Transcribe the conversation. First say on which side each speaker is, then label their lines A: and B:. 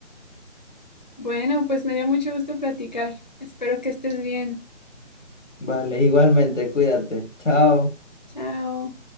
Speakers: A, on the left; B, on the left.
A: Bueno, pues me dio mucho gusto platicar. Espero que estés bien.
B: Vale, igualmente, cuídate. Chao.
A: Chao.